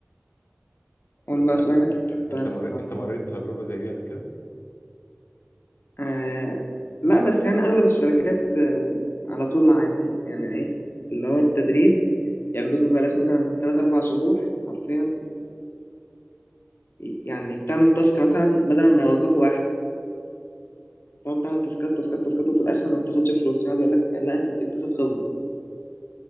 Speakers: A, on the left; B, on the left.
A: قول
B: انت
A: بقى سؤالك تحت
B: انت
A: هتسمع
B: مر...
A: إيه.
B: انت مريت بتجربه زي دي قبل كده
A: آه لا بس يعني أغلب الشركات آه على طول عايزين يعني ايه اللي هو التدريب ياخدوك ببلاش مثلا تلات أربع شهور حرفيا يعني بتعمل تاسك مثلا بدل ما يوظفوا واحد تقعد تعمل تاسكات تاسكات تاسكات وفي الاخر ما بتاخدش فلوس يقعد يقول لك لا انت بتكتسب خبره